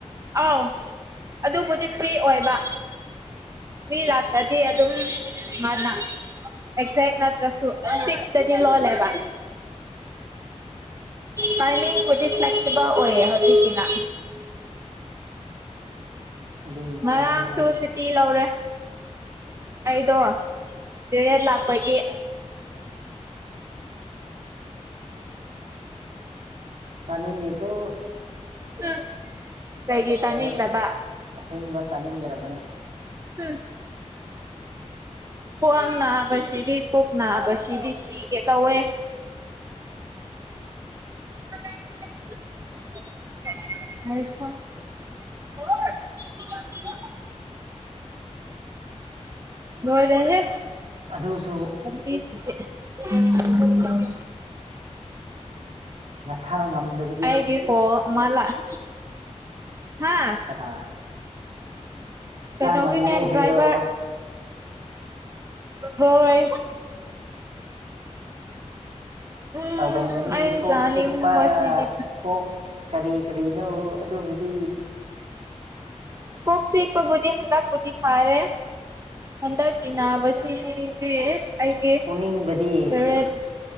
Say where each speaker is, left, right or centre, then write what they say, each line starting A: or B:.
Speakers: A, on the right (about 25°); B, on the right (about 60°).
A: ꯑꯥꯎ ꯑꯗꯨꯕꯨꯗꯤ ꯐ꯭ꯔꯤ ꯑꯣꯏꯕ ꯃꯤ ꯂꯥꯛꯇ꯭ꯔꯗꯤ ꯑꯗꯨꯝ ꯃꯥꯅ ꯑꯦꯛꯖꯦꯛ ꯅꯠꯇ꯭ꯔ ꯁꯤꯁ ꯂꯣ ꯂꯦꯕ ꯇꯥꯏꯃꯤꯡ ꯍꯧꯗꯤꯛ ꯐ꯭ꯂꯦꯛꯁꯤꯕꯜ ꯑꯣꯏꯌꯦ ꯍꯧꯖꯤꯛꯤꯅ
B: ꯑꯗꯨ
A: ꯉꯔꯝ
B: ꯑꯗꯨ
A: ꯆꯧ
B: ꯑꯗꯨ
A: ꯇꯤ ꯂꯧꯔꯦ ꯑꯩꯗꯣ ꯇꯔꯦꯠ ꯂꯥꯛꯄꯒꯤ
B: ꯇꯅꯤꯡꯗꯤꯀꯣ
A: ꯎ ꯀꯩꯒꯤ ꯇꯅꯤꯗꯕ
B: ꯑꯩ ꯑꯁꯦꯡꯕ ꯇꯥꯅꯤꯡꯗ꯭ꯔꯕꯅꯤ
A: ꯎꯝ ꯈ꯭ꯋꯥꯡ ꯅꯥꯕꯁꯤꯗꯤ ꯄꯨꯛ ꯅꯥꯕꯁꯤꯗꯤ ꯁꯤꯒꯦ ꯇꯧꯋꯦ <unintelligible> <unintelligible> ꯂꯣꯢꯔꯦꯍꯦ
B: ꯑꯗꯨꯁꯨ
A: <inaudible>
B: ꯅꯁꯥ ꯉꯝꯗꯕ
A: ꯑꯩꯒꯤ ꯀꯣꯜ ꯑꯃ ꯂꯥꯑꯦ ꯍꯥ
B: ꯑ
A: ꯀꯩꯅꯣꯒꯤꯅꯦ
B: ꯉꯝꯗꯦ ꯍꯩꯔꯣ
A: ꯗ꯭ꯔꯥꯏꯕꯔ ꯍꯣꯏ ꯎꯝ
B: ꯇꯧꯔꯝꯒꯅꯤ
A: ꯑꯩ
B: ꯀꯣꯛ
A: ꯆꯥꯅꯤꯡꯕꯁꯤꯗꯤ
B: ꯆꯤꯛꯄ ꯀꯣꯛ ꯀꯔꯤ ꯀꯔꯤꯅꯣ ꯑꯗꯨꯕꯨꯗꯤ
A: ꯀꯣꯛ ꯆꯤꯛꯄꯕꯨꯗꯤ ꯍꯟꯗꯛ ꯐꯔꯦ ꯍꯟꯗꯛ ꯇꯤꯟꯅꯕꯁꯤꯗꯤ ꯑꯩꯒꯤ
B: ꯑꯣꯅꯤꯡꯕꯗꯤ
A: ꯔꯦꯗ